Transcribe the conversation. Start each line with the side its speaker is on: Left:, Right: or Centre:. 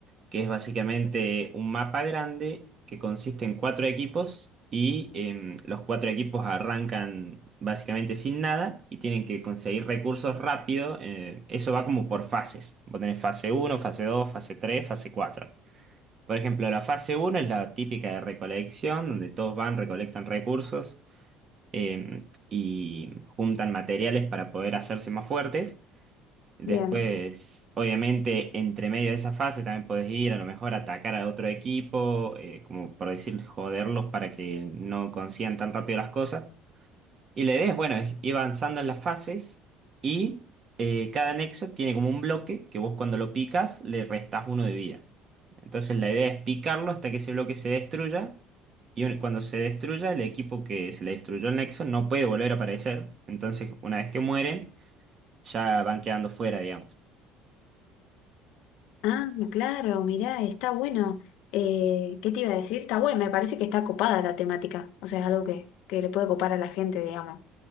Right: que es básicamente un mapa grande que consiste en cuatro equipos y em, los cuatro equipos arrancan básicamente sin nada y tienen que conseguir recursos rápido. eh, eso va como por fases. Vos tenés fase uno fase dos fase tres fase cuatro Por ejemplo, la fase uno es la típica de recolección, donde todos van, recolectan recursos em, y juntan materiales para poder hacerse más fuertes. Después,
Left: Bien.
Right: obviamente, entre medio de esa fase también podés ir a lo mejor a atacar a otro equipo, eh, como por decir, joderlos para que no consigan tan rápido las cosas. Y la idea es, bueno, es ir avanzando en las fases y eh, cada nexo tiene como un bloque que vos cuando lo picas le restás uno de vida. Entonces la idea es picarlo hasta que ese bloque se destruya y un- cuando se destruya el equipo que se le destruyó el nexo no puede volver a aparecer. Entonces una vez que mueren ya van quedando fuera, digamos.
Left: Ah, claro, mirá, está bueno. Eh, ¿qué te iba a decir? Está bueno, me parece que está copada la temática. O sea, es algo que, que le puede copar a la gente, digamos.